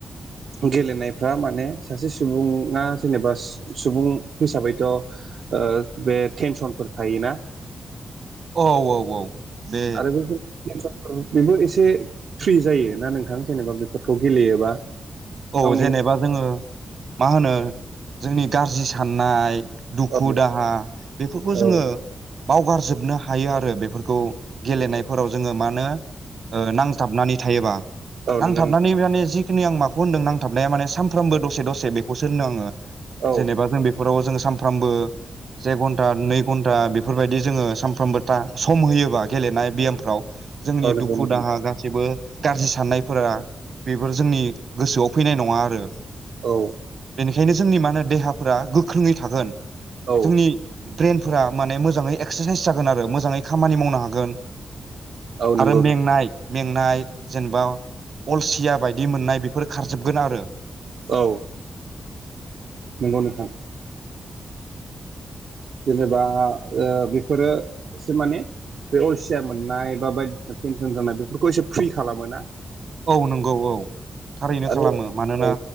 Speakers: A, on the right (about 70°); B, on the right (about 55°).
A: गेलेनायफ्रा माने सासे सुबुङा जेनेबा सुबुं हिसाबैथ' ओ बे टेनसनफोर थायोना।
B: औ औ औ। बे
A: आरो बे <unintelligible> बेबो एसे फ्रि जायो ना नोंथां जेनेबा बेफोरखौ गेलेयोबा।
B: औ
A: गावनि
B: जेनेबा जोङो मा होनो जोंनि गाज्रि साननाय दुखु
A: औ
B: दाहा बेफोरखौ
A: औ
B: जोङो बावगारजोबनो हायो आरो बेफोरखौ गेलेनायफोराव जोङो माानो ओ नांथाबनानै थायोबा
A: औ
B: नांथाबनानै
A: नंगौ नोंथां
B: माने जिखिनि आं मा खौ होनदों नांथाबनाया माने सानफ्रामबो दसे दसे बेखौसो होनदों आंङो
A: औ
B: जेनेबा जों बे फोराव जोङो सानफ्रामबो से घन्टा नै घन्टा बेफोरबायदि जोङो सानफ्रामबो था सम होयोबा गेलेनाय बियामफ्राव जोंनि
A: औ नंगौ
B: दुखु
A: नोंथां
B: दाहा गासैबो गाज्रि साननायफोरा बेफोर जोंनि गोसोआव फैनाय नङा आरो
A: औ
B: बेनिखायनो जोंनि मा होनो देहाफोरा गोख्रोङै थागोन
A: औ
B: जोंनि ब्रइेनफोरा माने मोजाङै एक्सारसाइस जागोन आरो मोजाङै खामानि मावनो हागोन
A: औ नंगौ
B: आरो मेंनाय मेंनाय जेनेबा अलसिया बायदि मोननाय बेफोर खारजोबगोन आरो
A: औ नंगौ नोंथां जेनेबा ओ बेफोरो सो माने बे अलसिया मोननाय बा बायदिसिना टेनसन जानाय बेफोरखौ एसे फ्रि खालामो ना?
B: औ नंगौ औ थारैनो
A: आरो
B: खालामो मानोना
A: औ